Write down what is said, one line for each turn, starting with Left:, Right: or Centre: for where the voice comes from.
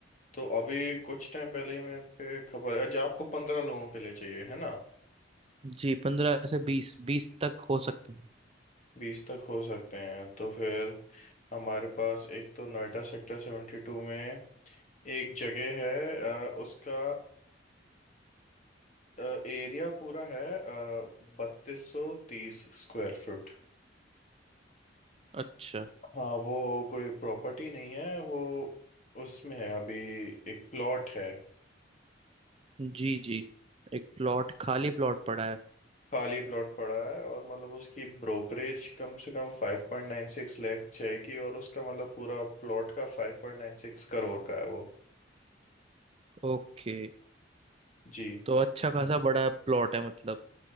Left: तो अभी कुछ टाइम पहले ही मेरे पे खबर है अच्छा आपको पंद्रह लोगों के लिए चाहिए है ना
Right: जी पंद्रह से बीस बीस तक हो सकते हैं
Left: बीस तक हो सकते हैं तो फिर हमारे पास एक तो नोएडा सेक्टर सेवेंटी टू में एक जगह है अ, उसका एरिया पूरा है बत्तीस सौ तीस स्क्वायर फुट
Right: अच्छा
Left: हाँ वो कोई प्रॉपर्टी नहीं है वो उसमें है अभी एक प्लॉट है
Right: जी जी एक प्लॉट खाली प्लॉट पड़ा है
Left: खाली प्लॉट पड़ा है और मतलब उसकी ब्रोकरेज कम से कम फाइव पॉइंट नाइन सिक्स लैख जाएगी और उसका मतलब पूरा प्लॉट का फाइव पॉइंट नाइन सिक्स करोड़ का है वो
Right: ओके
Left: जी
Right: तो अच्छा खासा बड़ा प्लॉट है मतलब